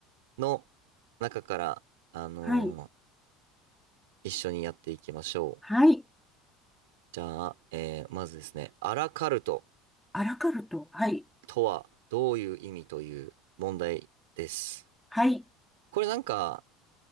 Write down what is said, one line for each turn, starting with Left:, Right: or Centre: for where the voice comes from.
Right: の中から、あのー
Centre: はい、
Right: 一緒にやっていきましょう。
Centre: はい。
Right: じゃあ、えーまずですね、アラカルト
Centre: アラカルト。はい、
Right: とはどういう意味という問題です。
Centre: はい、
Right: これなんか、